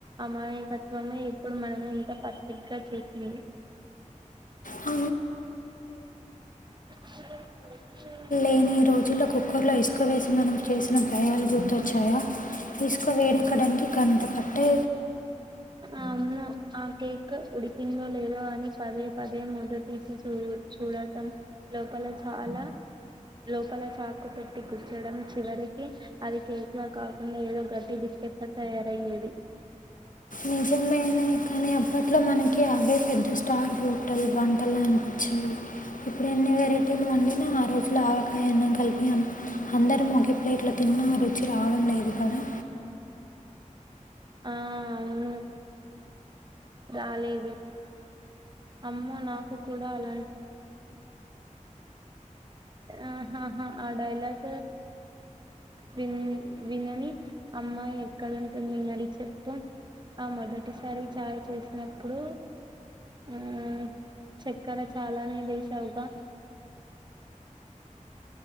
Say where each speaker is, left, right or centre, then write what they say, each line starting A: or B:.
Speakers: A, on the right (about 35°); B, on the left (about 85°).
A: అమాయ రమ్య ఎప్పుడు మనం ఇంత పర్ఫెక్ట్ గా చేసింది
B: అ
A: అలగ నన తననన
B: ఎ ని ఈ రోజుల్లో కుక్కర్లో ఇసుకవేసి మనం చేసిన ప్రయాలు గుర్తొచ్చాయా ఇసుక వేడెక్కడానికి గంట పట్టే
A: అవును ఆ కేక్ ఉడికిందో లేదో అని పదే పదే మూత తీసి చూ చూడటం లోకంలో చాలా లోపల చాకు పెట్టి గుచ్చడం చివరికి అది కేకులా కాకుండా ఏదో గట్టి బి తిప్ప తయారయ్యేది
B: నిజమేనే కానీ అప్పట్లో మనకి అవే పెద్ద స్టార్ హోటల్ వంటలే నచ్చేవి ఇప్పుడు ఎన్ని వెరైటీలు అండి న ఆ రోజులు ఆవకాయ అన్నం కలిపయాము అందరం ఒక ప్లేట్లో తిన్న రుచి రావడం లేదు కదా
A: ఆ అవును రాలేదు అమ్మ నాకు కూడా అలాని ఆహాహా ఆ డైలాగ విన్ వినని అమ్మాయి ఎక్కడుంటుంది అరి చెప్తూ ఆ మొదటిసారి చాయ్ చేసినప్పుడు ఆ చక్కెర చాలానే వేశావుగా